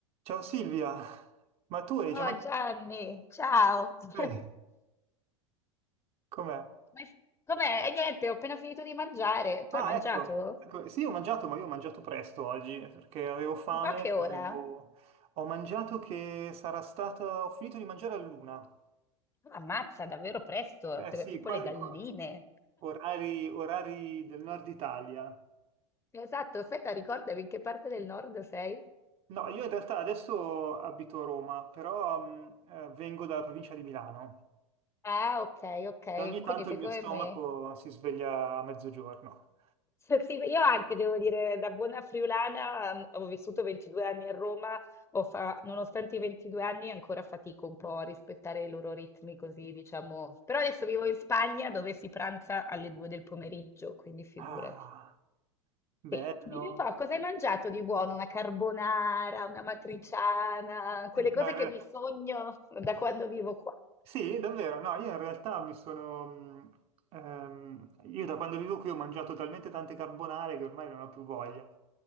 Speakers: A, on the right; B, on the left.
A: Ciao Silvia, ma tu hai
B: Oh
A: già mangiato?
B: Gianni, ciao. <laughs>
A: Eh, Com'è?
B: Come- Com'è? E niente, ho appena finito di mangiare. Tu
A: Ah,
B: hai mangiato?
A: ecco, ecco, sì, ho mangiato, ma io ho mangiato presto oggi perché avevo fame,
B: Tipo a che ora?
A: avevo- ho mangiato che sarà stata, ho finito di mangiare all'una.
B: Ah, Ammazza, davvero presto,
A: Eh
B: t-
A: sì,
B: tipo
A: qua-
B: le galline.
A: qua- orari, orari del nord Italia.
B: Esatto, aspetta, ricordami in che parte del nord sei?
A: No, io in realtà adesso abito a Roma, però mh, eh, vengo dalla provincia di Milano
B: Ah, ok, ok,
A: e ogni
B: quindi
A: tanto
B: sei
A: il
B: come
A: mio stomaco
B: me.
A: si sveglia a mezzogiorno.
B: S sì, io anche devo dire, da buona friulana, mhmm, ho vissuto 22 anni a Roma, ho fa nonostante i 22 anni ancora fatico un po' a rispettare i loro ritmi così, diciamo però adesso vivo in Spagna dove si pranza alle 2 del pomeriggio, quindi figurati.
A: Ah, bello.
B: Sì, dimmi un po' cosa hai mangiato di buono? Una carbonara, una matriciana, quelle cose
A: No, in
B: che
A: realtà-
B: mi sogno da quando vivo qua.
A: Sì, davvero, no, io in realtà mi sono... mh, ehm, io da quando vivo qui ho mangiato talmente tante carbonare che ormai non ho più voglia.